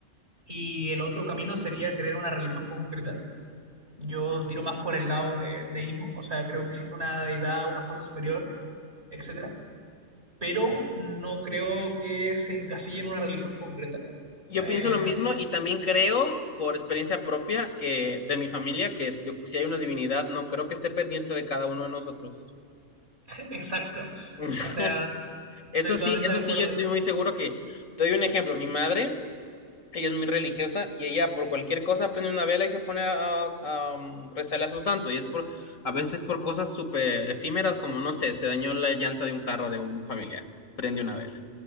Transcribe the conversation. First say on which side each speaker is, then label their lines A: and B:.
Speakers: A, on the right (about 50°); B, on the left (about 80°).
A: y el otro camino sería creer una religión concreta. Yo tiro más por el lado del deísmo, o sea, creo que existe una deidad, una fuerza superior, etcétera, pero no creo que se encasille en una religión concreta.
B: Yo
A: Eh,
B: pienso lo mismo y también creo, por experiencia propia, que de mi familia, que yo- si hay una divinidad, no creo que esté pendiente de cada uno de nosotros.
A: <laughs> exacto.
B: <laughs>
A: O sea,
B: Eso
A: Estoy
B: sí,
A: totalmente
B: eso
A: de acuerdo
B: sí, yo estoy
A: ahí.
B: muy seguro que, te doy un ejemplo, mi madre Ella es muy religiosa y ella por cualquier cosa prende una vela y se pone a, a, um, rezarle a su santo. Y es por, a veces por cosas súper efímeras, como no sé, se dañó la llanta de un carro de un familiar. Prende una vela.